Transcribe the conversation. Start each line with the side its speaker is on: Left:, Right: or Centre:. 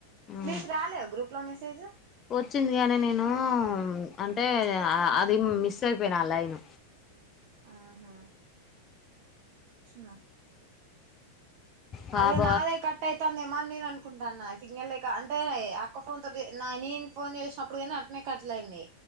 Left: ఉమ్.
Right: మీకు రాలే గ్రూప్లో మెసేజ్
Left: వచ్చింది గానీ నేను అంటే అది మిస్ అయిపోయినా ఆ లైన్
Right: ఆహా నా
Left: పాప
Right: అదే నాదే కట్ అయితందేమని నేను అనుకుంటా న్న సిగ్నల్ లేక అంటే అక్క ఫోన్ తోటి నా నేన్ ఫోన్ చేసినప్పుడైనా అట్నే కట్ జేయండి